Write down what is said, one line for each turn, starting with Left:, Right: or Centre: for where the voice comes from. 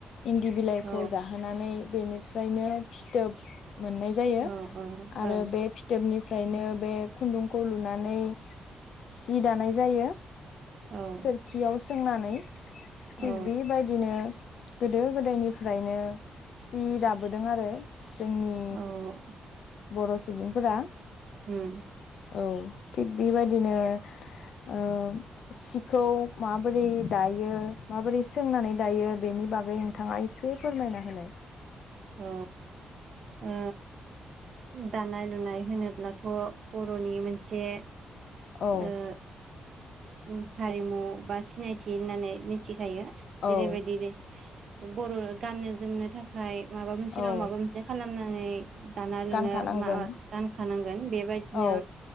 Left: इन्दि बिलाइखौ
Right: औ
Left: जाहोनानै बेनि फ्रायनो फिथोब मोननाय जायो
Right: औ औ
Left: आरो बे फिथोबनि फ्रायनो बे खुन्दुंखौ लुनानै सि दानाय जायो।
Right: औ
Left: सोरखियाव सोंनानै
Right: औ
Left: थिग बि बायदिनो गोदो गोदायनिफ्रायनो सि दाबोदों आरो। जोंनि
Right: औ
Left: बर' सुबुंफोरा
Right: हुम
Left: औ थिग बिबादिनो ओ सिख खौ माबोरै दायो माबोरै सोंनानै दायो बेनि बागै नोंथाङा एसे फोरमायना होलाय।
Right: औ ओ दानाय लुनाय होनोब्लाथ' बर'नि मोनसे
Left: औ
Right: ओ उ हारिमु बा सिनायथि होननानै मिथि <unintelligible> यो जेरैबायदि
Left: औ
Right: बर' गाननो जोमनो थाखाय माबा मोनसे नङा
Left: औ
Right: माबा मोनसे खालामना <unintelligible> दाना लुनो
Left: गानखानांगोन
Right: माबा दानखानांगोन बेबायदिनो
Left: औ